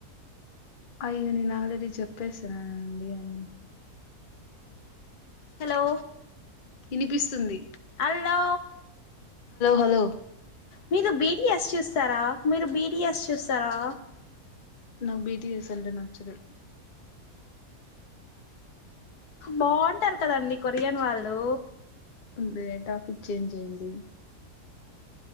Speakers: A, on the left; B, on the left.
A: అయ్యో నేను ఆల్రెడీ చొప్పేస్యా అండి అన్ని
B: హలో
A: ఇనిపిస్తుంది
B: అల్లో
A: హలో
B: మీరు బీటిఎస్ చూస్తారా మీరు బీటిఎస్ చూస్తారా
A: నాక్ బిటిఎస్ అంటే నచ్చదు
B: బాంటరు కదండి కొరియన్ వాళ్ళు
A: ఉందిలే టాపిక్ చేంజ్ జెయ్యండి